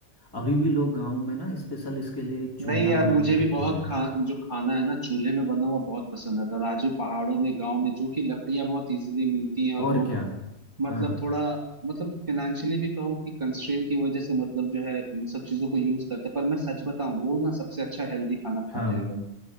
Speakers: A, on the left; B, on the right.
A: अभी भी लोग गांव में ना स्पेशल इसके लिए चूल्हा
B: नहीं यार
A: बना
B: मुझे
A: के रखे
B: भी बहुत
A: हुए हैं
B: खा जो खाना है ना चूल्हे में बना हुआ बहुत पसंद आता है और आज भी पहाड़ों में गांव में जो कि लकड़ियां बहुत इजीली मिलती हैं और
A: और
B: लोग
A: क्या
B: मतलब
A: हाँ
B: थोड़ा मतलब फिनेंशियली भी कहो कि कंस्ट्रेन की वजह से मतलब जो है इन सब चीजों को यूज करते हैं पर मैं सच बताऊं वो ना सबसे अच्छा हेल्दी खाना खाते
A: हाँ
B: हैं भाई